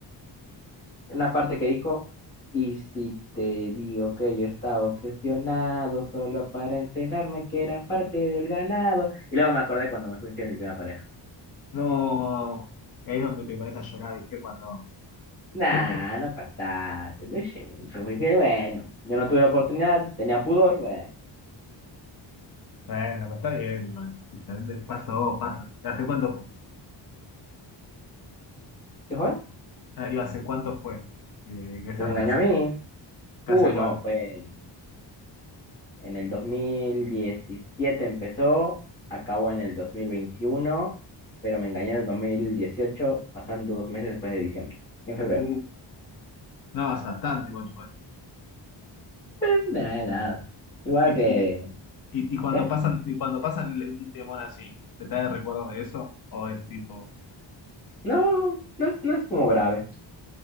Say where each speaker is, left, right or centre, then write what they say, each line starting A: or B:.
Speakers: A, on the left; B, on the left.
A: una parte que dijo, y si te digo que yo estaba obsesionado solo para enterarme que era parte del ganado. Y luego me acordé cuando me fui infiel a mi primera pareja.
B: No, ahí es donde te pones a llorar, ¿viste? Cuando,
A: Nah,
B: <laughs>
A: no pa' tanto. Yo, sé, yo fui fiel bueno. Yo no tuve la oportunidad, tenía pudor, bueno.
B: bueno, pues está bien, igual, pasó, pasa. ¿Hace cuánto fue?
A: ¿Qué fue?
B: Ah, ¿Y hace cuánto fue eh, esa
A: Se me
B: relación?
A: engañó a mí.
B: ¿Hace
A: Uy,
B: cuánto?
A: no, fue en en el 2017 empezó, acabó en el dos mil veintiuno pero me engañó en el 2018 pasando dos meses después de diciembre, en febrero.
B: Uh, no, hace bastante igual fue.
A: Eh, Nada, nada. Igual
B: Y,
A: que...
B: te- y, te- y- y cuando
A: ¿Qué?
B: pasan, y cuando pasan un temón así, ¿te trae recuerdos de eso? ¿O es tipo,
A: No, no es, no es como grave.